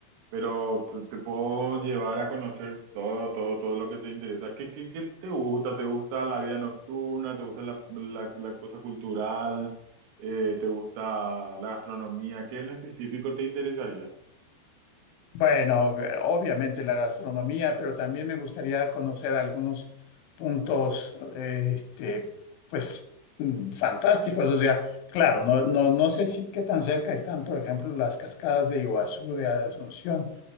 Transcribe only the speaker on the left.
Bueno, eh, obviamente la gastronomía, pero también me gustaría conocer algunos puntos, eh, este, pues, mm, fantásticos. O sea, claro, no, no, no sé si qué tan cerca están, por ejemplo, las cascadas de Iguazú, de Asunción,